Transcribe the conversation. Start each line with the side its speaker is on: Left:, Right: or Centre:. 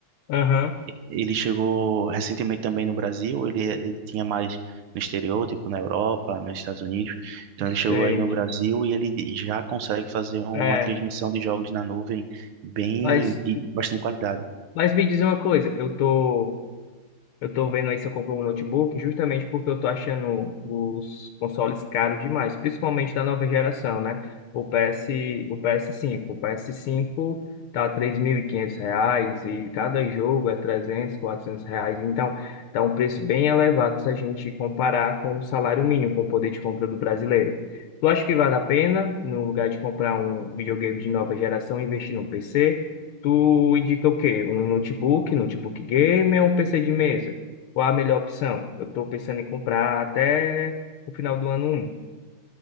Left: Aham,
Right: Ele chegou recentemente também no Brasil, ele, ele tinha mais no exterior, tipo na Europa, nos Estados Unidos. Então
Left: sei.
Right: ele chegou aí no Brasil e ele já consegue fazer uma
Left: É.
Right: transmissão de jogos na nuvem bem
Left: Mas,
Right: de bastante qualidade.
Left: mas me diz uma coisa, eu tô, eu tô vendo aí se eu compro um notebook justamente porque eu tô achando os consoles caros demais, principalmente da nova geração, né? O PS, o PS5, o PS5 tá 3.500 reais e cada jogo é 300 400 reais, então tá um preço bem elevado se a gente comparar com o salário mínimo, com o poder de compra do brasileiro. Tu acha que vale a pena, no lugar de comprar um videogame de nova geração, investir num PC? Tu indica o quê? Um notebook, notebook gamer ou um PC de mesa? Qual a melhor opção? Eu tô pensando em comprar até o final do ano um.